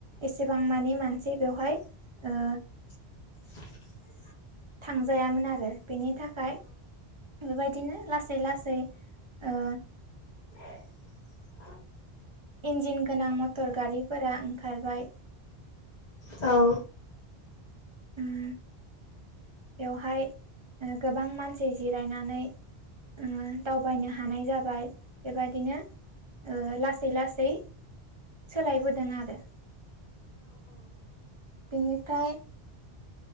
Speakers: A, on the right (about 35°); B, on the left (about 45°).
A: एसेबां मानि मानसि बेवहाय ओ
B: <inaudible>
A: थांजायामोन आरो बेनि थाखाय बेबायदिनो लासै लासै ओ
B: <inaudible>
A: इन्जिन गोनां मटर गारिफोरा ओंखारबाय
B: औ
A: उम बेवहाय ओ गोबां मानसि जिरायनानै ओ दावबायनो हानाय जाबाय बेबादिनो ओ लासै लासै सोलायबोदों आरो बेनिफ्राय